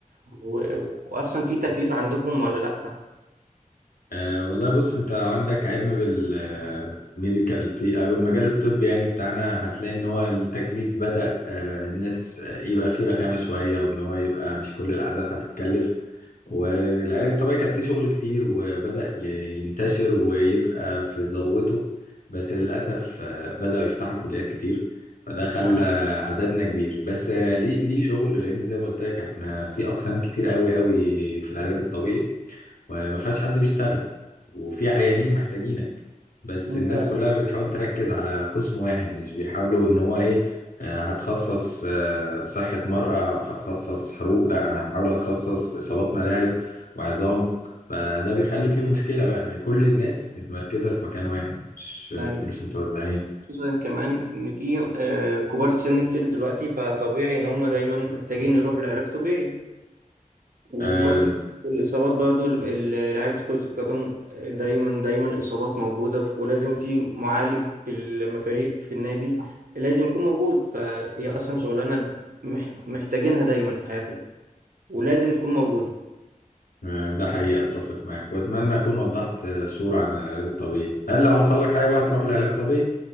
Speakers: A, on the right; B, on the left.
A: و... واصلا في تكليف عندكم ولا لا
B: أه والله بص انت لو عندك علم بالميديكال في او المجال الطبي يعني بتاعنا هتلاقي ان هو التكليف بدأ أه الناس آه، يبقى فيه رخامة شوية وان هو يبقى مش كل العادات هتتكلف والعلاج الطبيعي كان فيه شغل كتير وبدأ ي- ينتشر ويبقى في ذروته بس للأسف آه، بدأوا يفتحوا كليات كتير فده خلى
A: اه
B: عددنا كبير بس آه، ليه ليه شغل لأن زي ما قلت لك احنا في أقسام كتير قوي قوي في العلاج الطبيعي وما فيهاش حد بيشتغل وفي عيانين محتاجينك بس
A: مم،
B: الناس
A: فعلا
B: كلها بتحاول تركز على قسم واحد مش بيحاولوا ان هو ايه آه، هتخصص آه، صحة مرأة او هتخصص حروق لا انا هحاول اتخصص اصابات ملاعب وعظام فده بيخلي فيه مشكلة بقى ان كل الناس متمركزة في مكان واحد مش
A: أيوة.
B: مش متوزعين
A: خصوصا كمان ان في آه، كبار السن كتير دلوقتي فطبيعي ان هم دايما محتاجين يروحوا لعلاج طبيعي وفترة
B: آم،
A: الاصابات برضو ال- ال- لعيبة كرة القدم آه، دايما دايما اصابات موجودة ف- ولازم في معالج في المفاريق في النادي لازم يكون موجود فهي اصلا شغلانة مح- محتاجينها دايما في حياتنا ولازم تكون موجودة
B: آه، ده حقيقي اتفق معاك واتمنى اكون وضحت آه، صورة عن العلاج الطبيعي هل لو حصل لك حاجة بقى هتروح لعلاج طبيعي